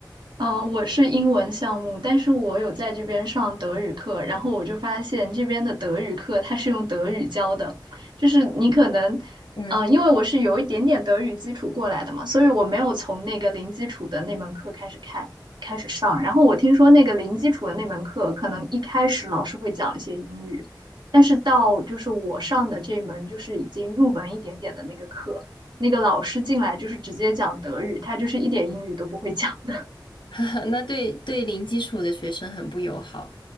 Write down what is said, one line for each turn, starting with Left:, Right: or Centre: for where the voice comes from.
Right: 啊，我是英文项目，但是我有在这边上德语课，然后我就发现这边的德语课它是用德语教的，就是你可能，
Left: 嗯。
Right: 呃，因为我是有一点点德语基础过来的嘛，所以我没有从那个零基础的那门课开始看，开始上。然后我听说那个零基础的那门课，可能一开始老师会讲一些英语，但是到就是我上的这门就是已经入门一点点的那个课，那个老师进来就是直接讲德语，他就是一点英语都不会讲。的。
Left: <laughs> 那对对零基础的学生很不友好。